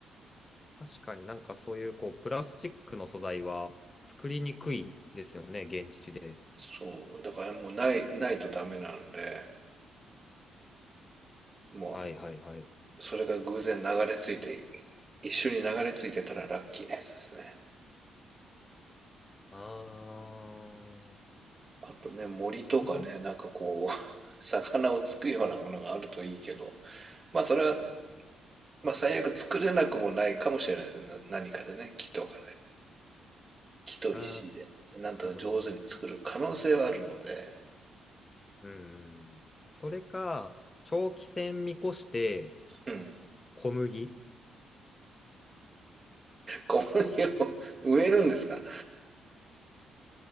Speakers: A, on the left; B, on the right.
A: 確かになんかそういうこう、プラスチックの素材は作りにくいですよね、現地で。
B: そう。だからもうない、ないとダメなので、も
A: はいはいはい。
B: う、それが偶然流れ着いて、一緒に流れ着いてたらラッキーなやつですね。
A: あー、
B: あとね、森とかね、
A: そ
B: なんかこう、<laughs> 魚をつくようなものがあるといいけど、まあそれはまあ、最悪作れなくもないかもしれないですよね。な何かでね、木とかで。木と石で。
A: う、あー、
B: なんとか上手に作る可能性はあるので。
A: なるほどな。うん。それか、長期戦見越して、
B: うん。
A: 小麦。<laughs> い
B: 小麦を <laughs> 植えるんですか